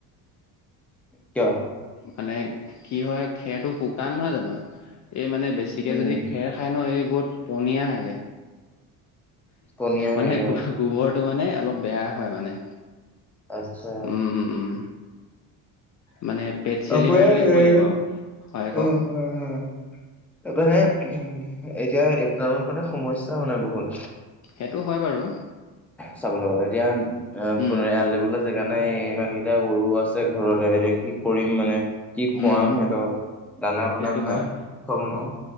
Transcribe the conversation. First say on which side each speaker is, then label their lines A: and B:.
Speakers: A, in the centre; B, on the left.
A: কিয়?
B: মানে কি হয় খেৰটো শুকান নহয় জানো এই মানে বেছিকে
A: উম
B: যদি খেৰ খাই ন' এই বহুত পনীয়া হাগে।
A: পনীয়া হয়গে
B: মানে গ-গোবৰটো
A: অ
B: মানে অলপ বেয়া হয় মানে।
A: আত্ছা।
B: উম উম উম মানে পেট চেলি
A: আপোনাৰ
B: বাই বুলি ক'ব
A: এই
B: লাগিব আৰু, হয়
A: অ
B: কওক?
A: হয়, হয়। তাৰ মানে উ, এতিয়া এইপিনত মানে সমস্যা মানে বহুত।
B: সেইটো হয় বাৰু
A: চাবলৈ গ'লে এতিয়া, আহ
B: উম
A: <unintelligible> এৰাল দিবলৈ জেগা নাই ইমানকেইটা গৰু আছে ঘৰতে এতিয়া কি কৰিম মানে। কি খুৱাম
B: উম
A: সিহঁতক দানা বনাই
B: সেইটো
A: বনাই
B: হয়
A: খুৱাব নোৱাৰো।